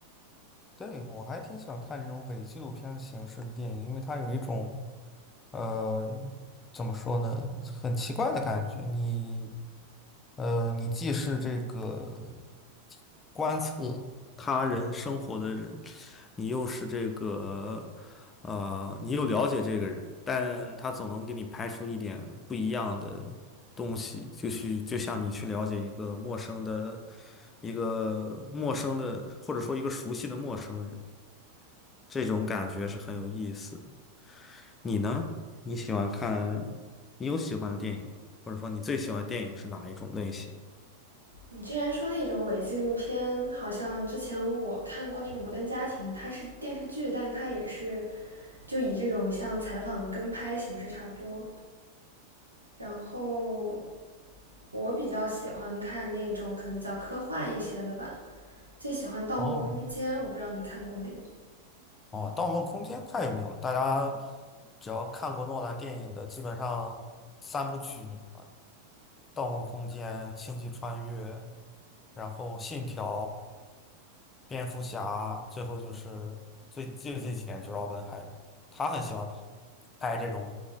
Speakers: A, on the left (about 20°); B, on the right (about 80°).
A: 对，我还挺喜欢看这种伪纪录片的形式的电影，因为它有一种，呃，怎么说呢，很奇怪的感觉。你，呃，你既是这个观测他人生活的人，你又是这个。啊，你又了解这个人，但他总能给你拍出一点不一样的东西，就是就像你去了解一个陌生的、一个陌生的，或者说一个熟悉的陌生人，这种感觉是很有意思的你呢？你喜欢看，你有喜欢的电影吗或者说你最喜欢的电影是哪一种类型？
B: 你之前说那种伪纪录片？好像之前我看过那个《摩登家庭》，它是电视剧，但它也是就以这种像采访跟拍形式差不多。然后我比较喜欢看那种可能比较科幻一些的吧，最喜欢《盗梦空间》，
A: 哦
B: 我不知道你看过没？
A: 哦，《盗梦空间》太有名了，大家只要看过诺兰电影的，基本上三部曲《盗梦空间》《星际穿越》，然后《信条》蝙蝠侠，最后就是最最近几年就是奥本海默，他很喜欢拍这种